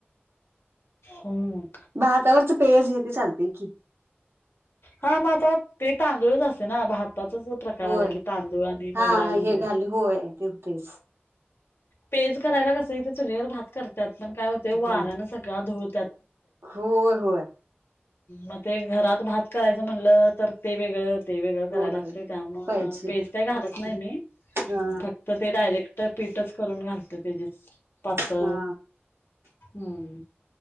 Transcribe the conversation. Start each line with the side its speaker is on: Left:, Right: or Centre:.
Left: होम
Right: भातावरच पेज घेतल तरी चालतेय की
Left: हा मग आता ते तांदूळच असते ना भात आताचाच प्रकार
Right: होय
Left: आला की तांदूळ आणि
Right: हा
Left: मोगडांळ
Right: हा
Left: म्हणजे
Right: हे घाल होय ते होतेच
Left: पेज करायला कसं चुली वर भात करतात पण काय होते वऱ्यान
Right: होय
Left: सगळा धूर
Right: होय होय
Left: म ते घरात भात करायचं म्हटलं तर ते वेगळं ते वेगळं
Right: होय
Left: कराय लागतंय त्यामुळं
Right: पाहिजे
Left: पेज काय घालत नाही नाही मी
Right: हा
Left: फक्त ते डायरेक्ट तर पीठच करून घालतो पातळ
Right: हा
Left: हम्म